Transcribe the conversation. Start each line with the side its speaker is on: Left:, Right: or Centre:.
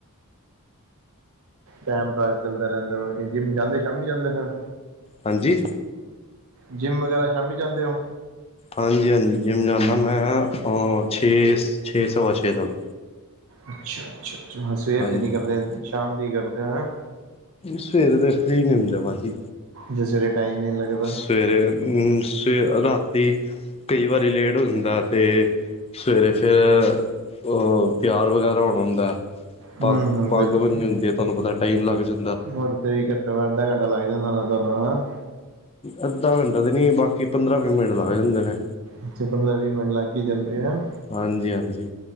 Right: ਟੈਮ ਪਾਸ ਚੱਲਦਾ ਰਹਿੰਦਾ ਵਲਕੀ, ਜਿੰਮ ਜਾਂਦੇ ਸ਼ਾਮੀ ਜਾਂਦੇ ਫਿਰ?
Left: ਹਾਂਜੀ
Right: ਜਿੰਮ ਵਗੈਰਾ ਸ਼ਾਮੀ ਜਾਂਦੇ ਹੋ?
Left: ਹਾਂਜੀ- ਹਾਂਜੀ। ਜਿੰਮ ਜਾਂਦਾ ਮੈਂ ਛੇ- ਛੇ ਸਵਾ ਛੇ ਤੱਕ।
Right: ਅੱਛਾ-ਅੱਛਾ-ਅੱਛਾ ਹਾ ਸਵੇਰ
Left: ਹਾਂਜੀ
Right: ਦੀ ਨੀ ਕਰਦੇ, ਸ਼ਾਮ ਦੀ ਕਰਦੇ ਹੋ ਅਹਾ?
Left: ਸਵੇਰੇ ਦੇ ਫ੍ਰਰੀ ਨੀ ਹੁੰਦੇ ਭਾਜੀ,
Right: ਜੇ ਸਵੇਰੇ ਟਾਈਮ ਨੀ ਲੱਗਦਾ
Left: ਸਵੇਰੇ ਹੂੰ ਸੇ ਰਾਤੀ ਕਈ ਵਾਰੀ ਲੇਟ ਹੋ ਜਾਂਦਾ, ਤੇ ਸਵੇਰੇ ਫੇਰ, ਉਹ ਤਿਆਰ ਵਗੈਰਾ ਹੋਣਾ ਹੁੰਦਾ ਏ।
Right: ਹੂੰ
Left: ਪਾਗ,
Right: ਹੂੰ
Left: ਪਾਗ
Right: ਬਿਲਕੁਲ
Left: ਬਣਨੀ ਜਾਂਦੀ ਏ, ਤੁਹਾਨੂੰ ਪਤਾ ਟਾਈਮ ਲੱਗ ਜਂ
Right: ਹੋਰ ਤੇ ਵੀ ਘੱਟੋ ਘੱ ਅੱਧਾ ਘੰਟਾ ਲੱਗ ਜਾਂਦਾ ਹੋਣਾ ਤੁਹਾਨੂੰ ਹੈਨਾ?
Left: ਅੱਧਾ ਕੰਟਾ ਤੇ ਨੀ, ਬਾਕੀ ਪੰਦਰਾਂ ਵੀਹ ਮਿੰਟ ਲੱਗ ਜਾਂਦੇ ਨੇ।
Right: ਅੱਛਾ ਪੰਦਰਾਂ ਵੀਹ ਮਿੰਟ ਲੱਗ ਹੀ ਜਾਂਦੇ ਆ।
Left: ਹਾਂਜੀ-ਹਾਂਜੀ,